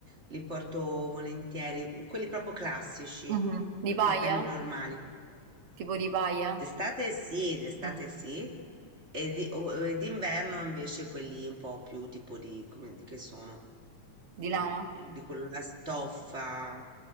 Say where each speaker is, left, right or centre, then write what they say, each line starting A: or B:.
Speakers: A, on the right; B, on the right.
A: li porto volentieri, quelli proprio classici,
B: Mh-mh. Di
A: eh,
B: paglia?
A: cappelli normali.
B: Tipo di paglia?
A: D'estate sì, d'estate
B: Mh.
A: sì, e di- o- e d'inverno invece quelli un po' più tipo di, come, di che sono,
B: Di
A: Mm,
B: lana?
A: mm, di quella stoffa